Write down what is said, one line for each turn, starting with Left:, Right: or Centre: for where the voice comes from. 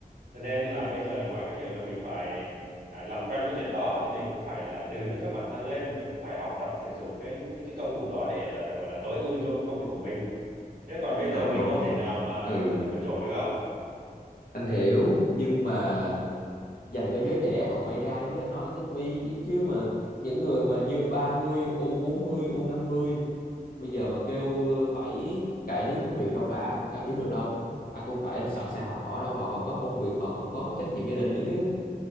Right: cho nên là bây giờ ngoài cái việc là mình phải à, làm quen với chuyện đó thì mình cũng phải là tự nâng cấp bản thân lên mình cũng phải học tập sử dụng cái những cái công cụ đó để à, gọi là tối ưu cho cái công việc của mình chứ còn bây
Left: trời
Right: giờ mình
Left: đâu
Right: đâu
Left: mà-
Right: thể nào mà
Left: ừ
Right: đứng im một chỗ được
Left: anh hiểu nhưng mà dành cho giới trẻ còn may ra chứ anh nói vì chứ mà những người mà như 30, u bốn mươi, u năm mươi bây giờ mà kêu phải cải tiến công việc đâu phải ai cũng cải tiến được đâu ai cũng phải sẵn sàng học hỏi đâu họ còn có công việc họ còn có trách nhiệm gia đình nữa chứ